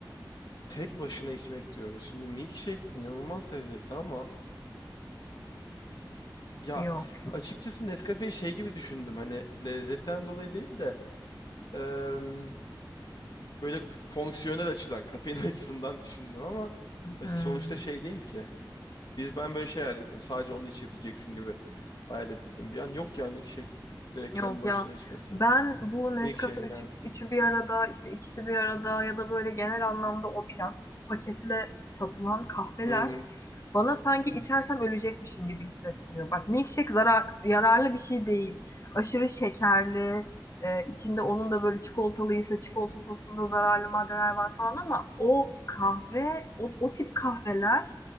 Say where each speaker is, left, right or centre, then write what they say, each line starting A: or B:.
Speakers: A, on the left (about 65°); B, on the left (about 40°).
A: Tek başına içmek diyoruz. Şimdi milkshake inanılmaz lezzetli ama Ya
B: Yok.
A: açıkçası Nescafe'yi şey gibi düşündüm hani lezzetten dolayı değil de em, böyle fonksiyonel açıdan kafein <laughs> açısından düşündüm ama aç-
B: Hmm.
A: sonuçta şey değil ki. Biz ben böyle şey hayal ettim sadece onu içebileceksin gibi hayal ettim. Bir an yok ya milkshake direkt
B: Yok
A: kendi başına
B: ya
A: içmesi.
B: ben bu Nescafe
A: Milkshake
B: üçü,
A: yani.
B: üçü bir arada işte ikisi bir arada ya da böyle genel anlamda o plastik paketle satılan kahveler
A: Hı hı,
B: bana sanki içersem ölecekmişim gibi hissettiriyor. Bak milkshake zarar, yararlı bir şey değil. Aşırı şekerli, e, içinde onun da böyle çikolatalıysa çikolata sosunda zararlı maddeler var falan ama o kahve, o, o tip kahveler